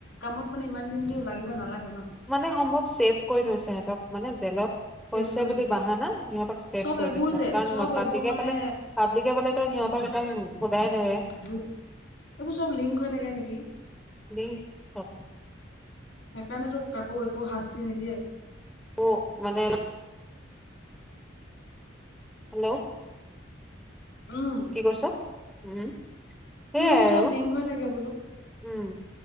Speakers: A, on the left; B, in the centre.
A: কামত মানে ইমান দিনটো লাগিব নালাগে ন।
B: মানে সম্ভৱ ছেফ কৰি থৈছে সিহঁতক মানে জেলত
A: ছেভ
B: হৈছে
A: কৰি
B: বুলি
A: থৈছে
B: বাহানা সিহঁতক চেফ
A: চব
B: কৰি
A: এইবোৰ
B: থৈছে,
A: যে
B: কাৰণ
A: চব
B: পাব্লিকে
A: এইবোৰ মানে
B: পালে পাব্লিকে পালে তো সিহঁতক একদম সোধাই নেৰে।
A: <unintelligible> এইবোৰ চব লিংক হৈ থাকে নেকি।
B: লিংক চব <inaudible>
A: সেইকাৰণেতো কাকো একো শাস্তি নিদিয়ে।
B: অ' মানে হেল্ল'।
A: উম
B: কি কৈছ? উম। সেইয়াই
A: নাই এইবোৰ
B: আৰু
A: চব লিংক হৈ থাকে বোলো।
B: উম